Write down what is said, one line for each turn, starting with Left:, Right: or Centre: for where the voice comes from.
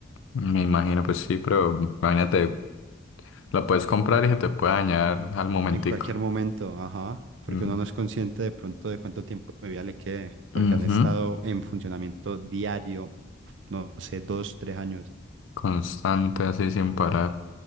Left: Me imagino, pues sí, pero imagínate, la puedes comprar y se te puede dañar al momentico.
Right: En cualquier momento, ajá, porque
Left: Mm.
Right: uno no es consciente de pronto de cuánto tiempo de vida le quede, porque
Left: Ujú.
Right: han estado en funcionamiento diario, no sé, dos, tres años.
Left: Constante, así sin parar.